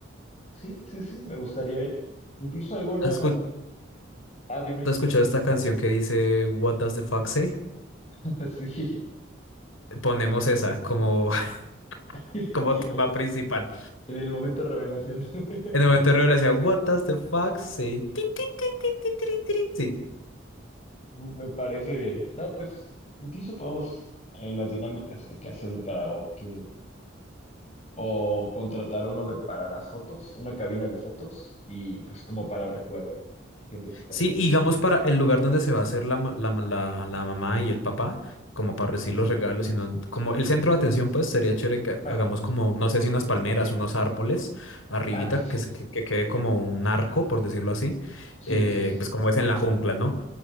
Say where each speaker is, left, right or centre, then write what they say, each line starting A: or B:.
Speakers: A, on the left (about 30°); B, on the left (about 80°).
A: Sí, sí, sí, me gustaría ver. Incluso alguna...
B: ¿Has escu-
A: Ah, dime.
B: has escuchado esta canción que dice What does the fox say?
A: <laughs> Sí.
B: ponemos esa como, <laughs>
A: <laughs>
B: como tema
A: En
B: principal.
A: en el momento revelación.
B: En
A: <laughs>
B: el momento de revelación, what does the fuck say? Tin, tin, tin, tin, tirin, tirin. Sí.
A: Me parece bien. No, pues incluso podemos en las dinámicas de que hacer un karaoke O contratar uno de para las fotos, una cabina de fotos y pues como para recuerdo. Siento que estaría
B: Sí,
A: bien.
B: y digamos para el lugar donde se va a hacer la, ma- la, ma- la, la mamá y el papá, como para recibir los regalos, sino como el centro de atención, pues sería chévere que
A: Ah,
B: hagamos como, no sé si unas palmeras, unos árboles arribita,
A: ah, sí, sí.
B: que, es- que, que quede como un arco, por decirlo así,
A: Sí,
B: eh,
A: sí, sí.
B: pues como es en la jungla, ¿no?